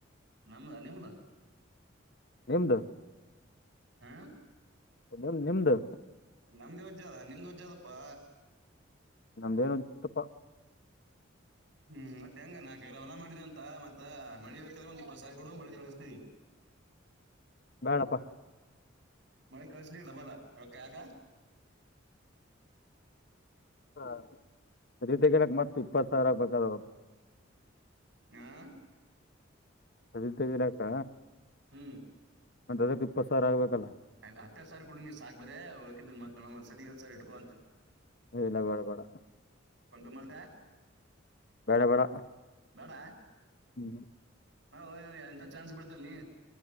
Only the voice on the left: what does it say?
ನಿಮ್ದು
ನಿಮ್ ನಿಮ್ದು
ನಮ್ದೇನ್ದ್ರ್ತಪ್ಪಾ
ಹಣಪ್ಪಾ
ಹಾ ರೀತೆ ಕೆೇಳಕ್ ಮತ್ ಇಪ್ಪತ್ ಸಾವಿರ ಬಂದದವ
ಅದಿದ್ದದರಾಕ್ಕ
ಅದಕ್ ಇಪ್ಪತ್ ಸಾವಿರ ಆಗ್ಬೇಕಲ್ಲ
ಹಲ್ಲ ಬಡ ಬಡ
ಬೇಡ ಬೇಡ
<inaudible>